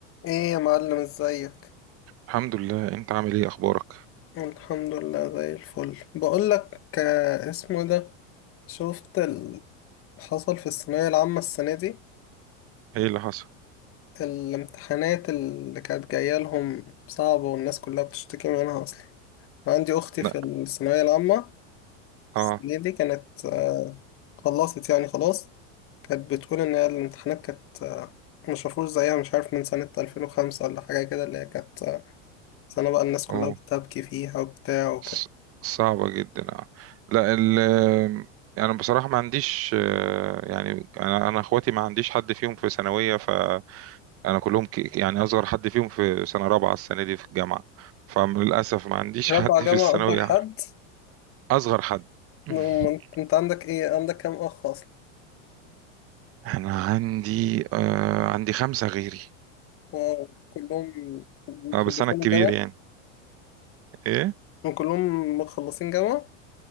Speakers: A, on the left (about 35°); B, on the right (about 35°).
A: ايه يا معلم ازيك
B: الحمد لله انت عامل ايه اخبارك
A: الحمد لله زي الفل بقولك آه، اسمه ده شفت اللي حصل في الثانوية العامة السنة دي
B: ايه اللي حصل
A: الامتحانات اللي كانت جاية لهم صعبة والناس كلها بتشتكي منها اصلا عندي اختي
B: لا
A: في الثانوية العامة السنة
B: اه
A: دي كانت آه، خلصت يعني خلاص كانت بتقول ان هي الامتحانات كانت آه، مش مفروض زيها مش عارف من سنة 2005 ولا حاجة كده اللي هي كانت آه، سنة بقى الناس كلها
B: اوه
A: بتبكي فيها وبتاع وكانت
B: ص- صعبة جدا اه لا ال يعني بصراحة ما عنديش آه، يعني انا انا اخواتي ما عنديش حد فيهم في ثانوية فانا كلهم ك- يعني اصغر حد فيهم في سنة رابعة السنة دي في الجامعة فللاسف ما عنديش
A: رابعة
B: <laughs> حد
A: جامعة
B: في الثانوية
A: أكبر
B: أعرف.
A: حد
B: اصغر حد <laughs>
A: نعم، أنت عندك إيه عندك كام أخ أصلا
B: انا عندي آه عندي خمسة غيري
A: واو، كلهم مخلصين
B: اه بس انا الكبير
A: الجامعة
B: يعني ايه
A: كلهم مخلصين جامعة